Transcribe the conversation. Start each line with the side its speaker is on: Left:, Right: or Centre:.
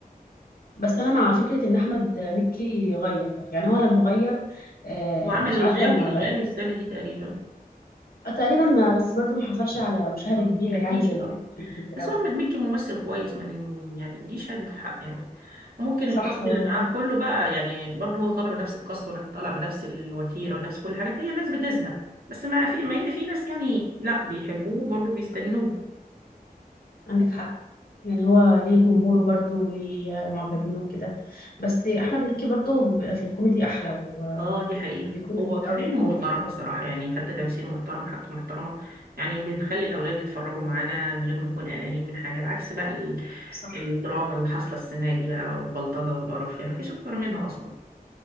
Left: بس أنا مع فكرة إن أحمد مكي غير يعني هو لما غير آه،
Right: وعمل
Left: مش
Right: الغاوي
Left: عارفة ما
Right: الغاوي
Left: بقى
Right: السنة دي تقريبا
Left: آه، تقريبا ما بس برضو ما حصلش على مشاهدة
Right: مم.
Left: كبيرة
Right: اكيد
Left: يعني زي ما
Right: اه
Left: كان في الكبير
Right: بس
Left: قوي
Right: هو احمد مكي ممثل كويس ما ن- يعني دي شهادة حق يعني ممكن
Left: صح
Right: الكاست
Left: هو
Right: اللي
Left: أنا
Right: معاه كله بقى يعني برضه هو طالع بنفس الكاست ونفس طالع بنفس الوتيره ونفس كل حاجه فهي الناس بتزهق بس ما في مع ان في ناس يعني لا بيحبوه برضه بيستنوه
Left: عندك حق يعني هو ليه جمهوره برضه وليه معجبينه وكده بس احمد مكي برضه بيبقى في الكوميدي احلى و-
Right: اه دي حقيقه
Left: وبيكون لذيذ
Right: هو كفايه
Left: قوي في
Right: انه
Left: الكوميدي
Right: محترم
Left: هو
Right: بصراحه يعني حتى تمثيله محترم وحاجته محترمه يعني بنخلي الاولاد يتفرجوا معانا من غير ما نكون قلقانين من حاجه بعكس بقى ال-
Left: صح
Right: الدراما اللي حاصله السنه دي بقى والبلطجه والقرف يعني مفيش اكتر منها اصلا